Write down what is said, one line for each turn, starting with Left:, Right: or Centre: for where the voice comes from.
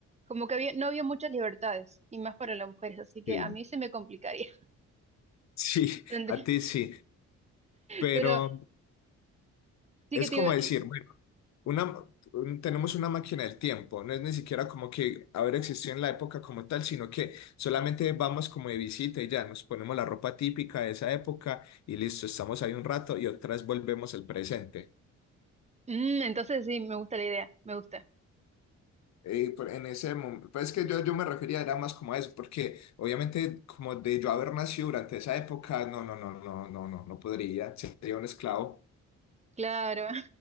Right: Como que había, no había muchas libertades, y más para las mujeres, así que
Left: Sí.
Right: a mí se me complicaría.
Left: Sí, <laughs>
Right: <laughs> Tendría-
Left: a ti sí, pero...
Right: Pero sí
Left: Es
Right: que te
Left: como
Right: digo
Left: decir,
Right: que,
Left: bueno, una, un- tenemos una máquina del tiempo, no es ni siquiera como que haber existido en la época como tal, sino que solamente vamos como de visita y ya nos ponemos la ropa típica de esa época y listo, estamos ahí un rato y otra vez volvemos al presente.
Right: mm, entonces sí, me gusta la idea, me gusta.
Left: Eh, por- en ese momento, pues es que yo, yo me refería era más como a eso, porque obviamente como de yo haber nacido durante esa época, no, no, no, no, no, no, no podría, sería un esclavo.
Right: Claro.